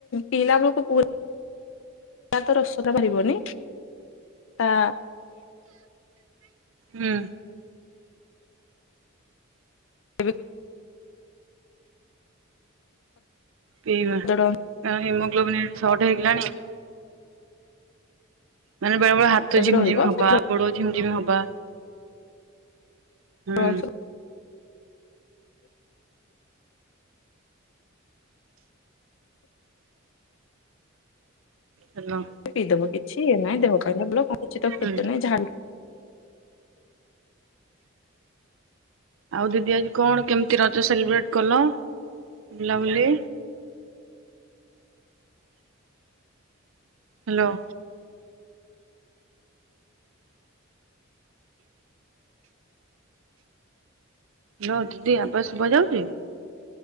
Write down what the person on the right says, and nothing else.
ହୁଁ।
ପିଇବା
କାରଣ ହିମୋଗ୍ଲୋବିନ୍ ସଟ ହେଇଗଲାଣି। ମାନେ ବେଳେବେଳେ ହାତ
ଝିମ୍
ଝିମ୍ ହବା
ଗୋଡ ଝିମ୍ ଝମି ହବା। ହୁଁ
ହାଲୋ।
ହୁଁ
ଆଉ ଦିଦି ଆଜି କଣ କେମିତି ରଜ ସେଲିବ୍ରେଟ କଲ ବୁଲାବୁଲି? ହ୍ୟାଲୋ। ହଁ ଦିଦି ଆବାଜ ଶୁଭାଯାଉଛି?